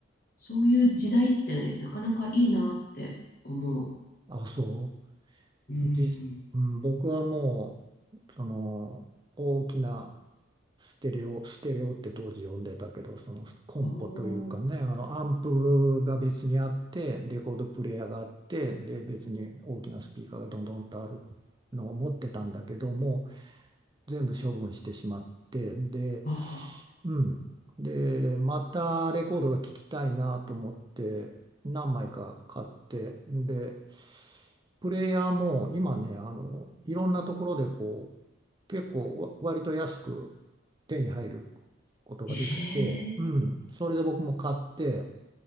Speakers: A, on the left (about 45°); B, on the right (about 20°).
A: そういう時代ってね、なかなかいいなって思う。
B: あ、そ
A: うん。
B: う。じ、うん、僕はもう、その、大きなステレオ、ステレオって当時呼んでたけど、そのコンポというかね、
A: おー、
B: あのアンプが別にあって、レコードプレーヤーがあって、で、別に大きなスピーカーがどんどんとあるのを持ってたんだけども、全部処分してしまって、で、
A: ああ、
B: うん。で、またレコードが聴きたいなと思って、何枚か買って、で、プレイヤーも今ね、あの、いろんなところでこう、結構わ割と安く手に入ることができて、
A: ええ
B: うん、それで僕も買って、